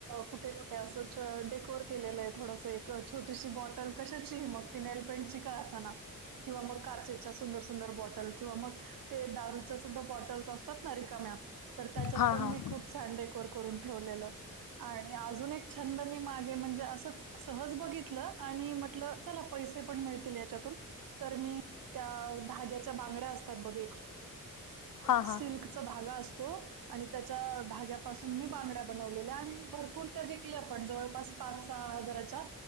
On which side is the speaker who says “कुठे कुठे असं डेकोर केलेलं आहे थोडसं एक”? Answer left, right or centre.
Right